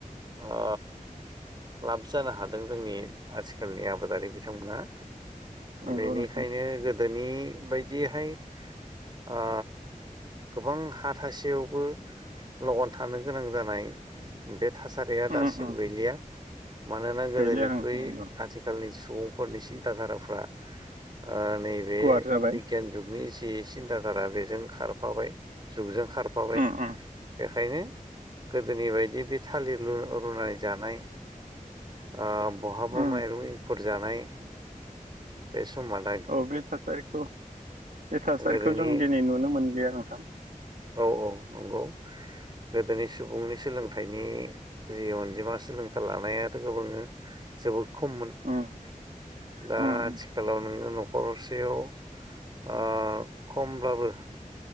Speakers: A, on the right; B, on the right.
A: ओ लाब जानो हादों जोंनि आथिखालनि आबादारि बिथांमोना।
B: नंगौ
A: बेनिखायनो
B: नोंथां
A: गोदोनि बाय दिहाय ओ गोबां हा थासेयावबो लगन थानो गोनां जानाय बे थासारिया
B: उम
A: दासिम
B: उम
A: गैलिया। मानोना गोदोनिख्रुइ
B: गैलिया नोंथां नंगौ
A: आथिखालनि सुबुंफोरनि सिन्था धाराफ्रा ओ नैबे
B: गुवार जाबाय
A: बिगियान जुगनि जि सिन्थाधारा बेजों खारफाबाय जुगजों खारफाबाय।
B: उम उम।
A: बेखायनो गोदोनि बायदि बे थालिर रुनानै जानाय ओ बहाबा
B: उम
A: माइरं एंखुर जानाय <unintelligible>
B: औ बे थासारिखौ बे थासारिखौ
A: गोदोनि
B: जों दिनै नुनो मोनलिया नोंथां।
A: औ औ नंगौ गोदोनि सुबुंनि सोलोंथाइनि जि अनजिमा सोलोंथाइ लानायाथ' गोबाङो जोबोद खममोन
B: उम
A: दा
B: उम
A: आथिखालाव नोंङो न'खर नखरसेयाव ओ खमब्लाबो